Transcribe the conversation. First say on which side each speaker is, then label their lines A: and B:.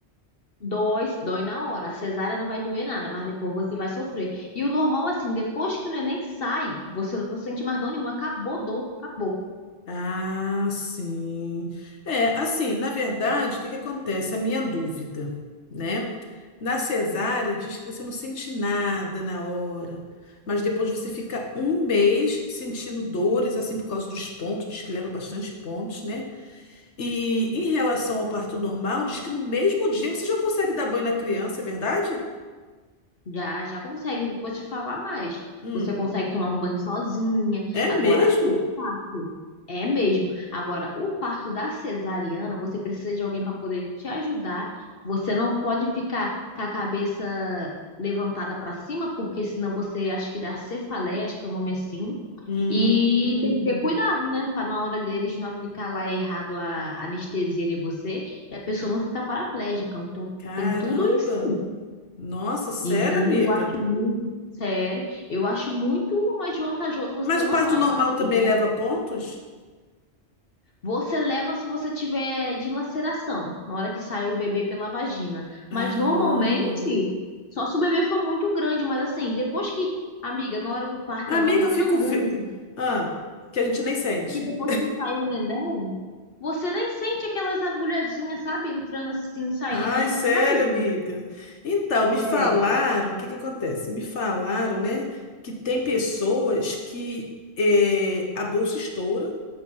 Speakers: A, on the left; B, on the left.
A: Dói, dói na hora. A cesárea não vai doer nada, mas depois você vai sofrer. E o normal, assim, depois que o neném sai, você não sente mais dor nenhuma. Acabou dor, acabou.
B: Ah, sim. É, assim, na verdade, o que que acontece? A minha dúvida, né? Na cesárea, diz que você não sente nada na hora, mas depois você fica um mês sentindo dores, assim, por causa dos pontos, diz que leva bastante pontos, né? E em relação ao parto normal, diz que no mesmo dia você já consegue dar banho na criança, é verdade?
A: Já, já consegue, eu vou te falar mais.
B: Hum,
A: Você consegue tomar um banho sozinha.
B: é
A: Agora,
B: mesmo?
A: o parto, é mesmo. Agora, o parto da cesariana, você precisa de alguém para poder te ajudar. Você não pode ficar com a cabeça levantada para cima, porque senão você acho que dá cefaleia, acho que é o nome é assim.
B: Hum,
A: E
B: hum.
A: tem que ter cuidado, né? Para na hora deles não aplicar lá errado a anestesia em você e a pessoa não ficar paraplégica. Então,
B: caramba!
A: tem tudo isso.
B: Nossa, sério,
A: Então,
B: amiga?
A: eu Sério, eu acho muito mais vantajoso você
B: Mas
A: ter
B: o
A: o normal.
B: parto normal também
A: Você vai-
B: leva pontos?
A: você leva se você tiver dilaceração, na hora que sai o bebê pela vagina. Mas
B: Ah,
A: normalmente, só se o bebê for muito grande. Mas assim, depois que, amiga, na hora do parto
B: amiga,
A: é uma dor
B: eu fico.
A: tão
B: Ve...
A: grande
B: Ah, que a gente nem sente.
A: que depois que sai o neném, você nem sente aquelas agulhazinhas, sabe? Entrando assim, saindo.
B: Ai,
A: É ra-
B: sério,
A: rapidinho.
B: amiga? Então, me
A: Sério.
B: falaram, o que que acontece? Me falaram, né, que tem pessoas que eh, a bolsa estoura